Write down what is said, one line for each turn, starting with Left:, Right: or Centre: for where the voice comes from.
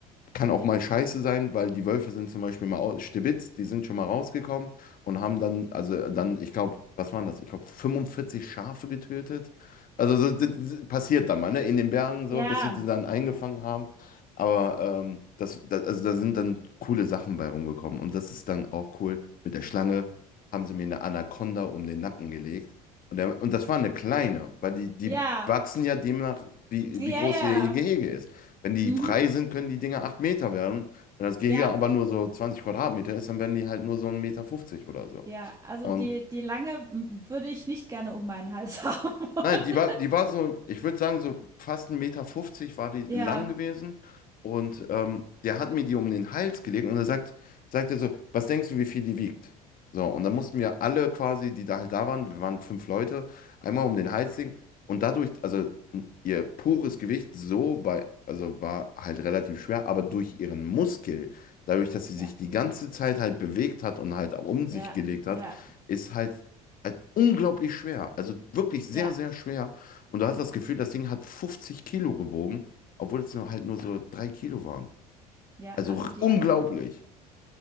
Left: kann auch mal scheiße sein, weil die Wölfe sind zum Beispiel mal aus Stibitz, die sind schon mal rausgekommen und haben dann, also dann, ich glaube, was waren das? Ich glaube, 45 Schafe getötet. Also so, das das passiert dann mal, ne? In den Bergen so,
Right: Ja,
Left: bis sie die dann eingefangen haben. Aber ähm, das, das, also da sind dann coole Sachen bei rumgekommen. Und das ist dann auch cool. Mit der Schlange haben sie mir eine Anaconda um den Nacken gelegt. Und, der, und das war eine kleine, weil die, die
Right: ja,
Left: wachsen ja demnach, wie,
Right: ja,
Left: wie groß
Right: ja.
Left: ihr
Right: ja.
Left: Gehege ist. Wenn die
Right: Mhm.
Left: frei sind, können die Dinger 8 Meter werden. Wenn das Gehege
Right: Ja,
Left: aber nur so 20 Quadratmeter ist, dann werden die halt nur so ein Meter fünfzig oder so.
Right: ja. Also
Left: Und
Right: die die Lange m würde ich nicht gerne um meinen Hals <laughs> haben wollen.
Left: Nein, die war, die war so, ich würde sagen, so fast ein Meter fünfzig war die
Right: Ja,
Left: lang gewesen. Und ähm, der hat mir die um den Hals gelegt und er sagt, sagt er so, was denkst du, wie viel die wiegt? So, und dann mussten wir alle quasi, die da halt da waren, wir waren fünf Leute, einmal um den Hals legen. Und dadurch, also n- ihr pures Gewicht so war, also war halt relativ schwer, aber durch ihren Muskel, dadurch, dass sie
Right: ja,
Left: sich die ganze Zeit halt bewegt hat und halt um sich
Right: ja,
Left: gelegt
Right: ja,
Left: hat, ist halt also unglaublich schwer, also wirklich sehr,
Right: ja,
Left: sehr schwer. Und du hast das Gefühl, das Ding hat 50 Kilo gewogen, obwohl es nur halt nur so drei Kilo waren.
Right: ja.
Left: Also
Right: Also
Left: r-
Right: die
Left: unglaublich.